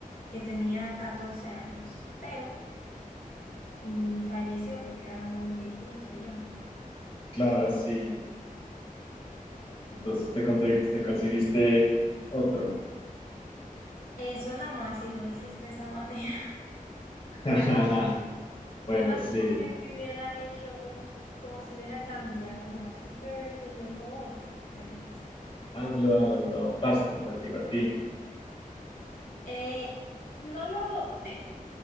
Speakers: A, on the left; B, on the left.
A: que tenía 14 años, pero mm, falleció porque era muy viejito ya.
B: Claro, sí. Entonces te, conte- te conseguiste otro.
A: Eh, suena mal si lo dices de esa manera.
B: <laughs>
A: Suena
B: Bueno, sí.
A: como que si hubiera hecho un, como si hubiera cambiado, no, simplemente llegó otro perrito.
B: Ah, lo, lo adoptaste, se digo a ti.
A: Eh, no lo adopté,